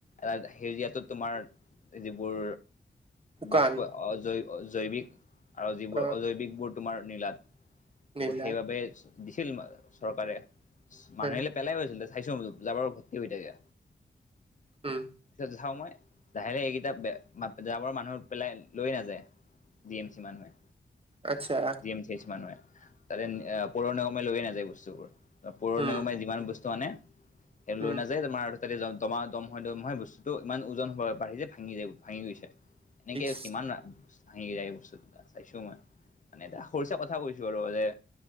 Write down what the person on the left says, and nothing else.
এ সেউজীয়াটোত তোমাৰ যিবোৰ
বাষ্প অজৈৱ জৈৱিক আৰু যিবোৰ
অজৈৱিকবোৰ তোমাৰ নীলাত
সেইবাবে দিছিল চৰকাৰে মানুহ
আহিলে পেলাই গৈছিল চাইছো জাবৰ ভৰ্তি হৈ থাকে।
তাত যাও মই লাহে লাহে এইকেইটা জাবৰ মানুহ পেলাই লৈ নাযায় জি এম চি মানুহে
জি এম চি এইচ মানুহে, তাতে পৌৰ নিগমে লৈয়ে নাযায় বস্তুবোৰ। পৌৰ
নিগমে যিমান বস্তু আনে সেই লৈ
নাযায় তোমাৰ। তাতে দমা দম হৈ দম হয় বস্তুটো ইমান ওজন হব বাঢ়ি যে ভাঙি যায় ভাঙি গৈছে। এনেকে
কিমান ভাঙি যায় বস্তুটা চাইছো মই, মানে এটা সৰু চাই কথা কৈছো আৰু যে